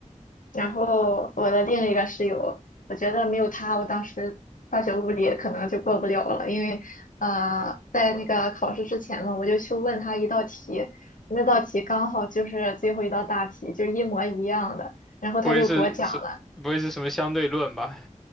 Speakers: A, on the left; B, in the centre.
A: 然后我的另一个室友，我觉得没有他，我当时化学物理可能就过不了了，因为呃，在那个考试之前嘛，我就去问他一道题，那道题刚好就是最后一道大题，就是一模一样的，然后他就给我讲了。
B: 不会是是，不会是什么相对论吧？